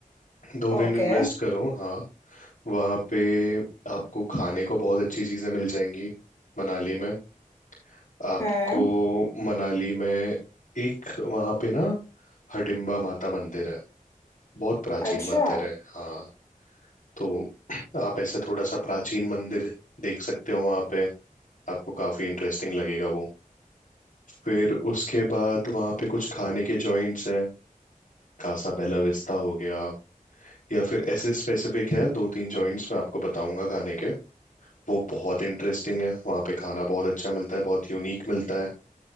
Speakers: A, on the left; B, on the left.
A: दो दिन
B: ओके
A: इन्वेस्ट करो हाँ वहाँ पे आपको खाने को बहुत अच्छी चीज़ें मिल जाएंगी मनाली में आपको
B: हाँ
A: मनाली में एक वहाँ पे ना हडिम्बा माता मंदिर है बहुत प्राचीन
B: अच्छा
A: मंदिर है हाँ तो आप ऐसे थोड़ा सा प्राचीन मंदिर देख सकते हो वहाँ पे आपको काफ़ी इंटरेस्टिंग लगेगा वो फिर उसके बाद वहाँ पे कुछ खाने के जॉइंट्स हैं कासा बेला विस्ता हो गया या फिर ऐसे स्पेसिफिक हैं दो तीन जॉइंट्स मैं आपको बताऊंगा खाने के वो बहुत इंटरेस्टिंग है वहाँ पे खाना बहुत अच्छा मिलता है बहुत यूनिक मिलता है